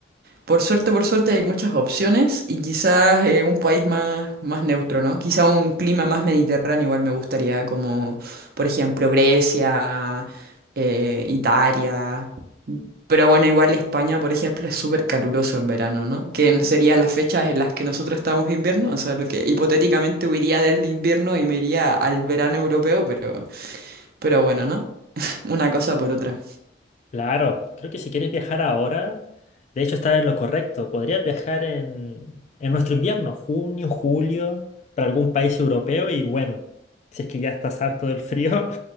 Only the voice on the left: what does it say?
Claro, creo que si quieres viajar ahora, de hecho está en lo correcto. Podrías viajar en, en nuestro invierno, junio, julio, para algún país europeo y bueno, si es que ya estás harto del frío,